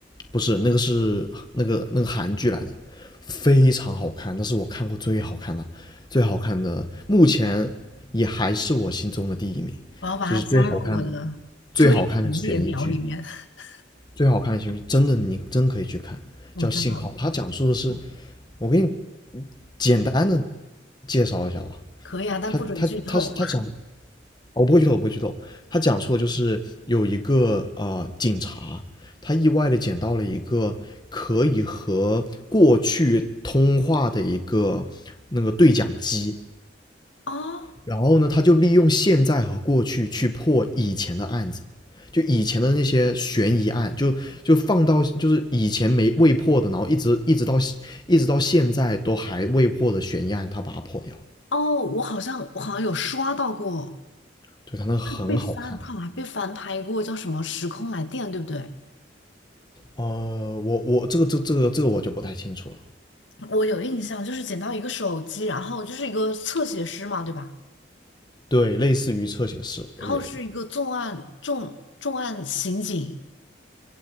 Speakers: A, on the left (about 25°); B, on the left (about 85°).
A: 不是那个是那个那个韩剧来的，非常好看，那是我看过最好看的，最好看的，目前也还是我心中的第一名，
B: 我要把它加入我的追影列表里面。
A: 就是最好看最好看的悬疑剧，
B: <laughs>
A: 最好看的悬疑剧，真的你真可以去看，
B: 我知道，
A: 叫《信号》，它讲述的是，我给你简单的介绍一下吧，
B: 可以啊，但不准剧透。
A: 它它它是它讲我不会剧透，我不会剧透。他讲述的就是有一个呃警察，他意外的捡到了一个可以和过去通话的一个那个对讲机，
B: <laughs> 哦
A: 然后呢，他就利用现在和过去去破以前的案子，就以前的那些悬疑案，就就放到就是以前没未破的，然后一直一直到一直到现在都还未破的悬疑案，他把它破掉。
B: 哦，我好像我好像有刷到过。
A: 对，他那很好看。
B: 被翻，他好像还被翻拍过，叫什么《时空来电》，对不对？
A: 呃，我我这个这这个这个我就不太清楚了。
B: 我有印象，就是捡到一个手机，然后就是一个侧写师嘛，对吧？
A: 对，类似于侧写师的人。
B: 然后是一个重案重重案刑警，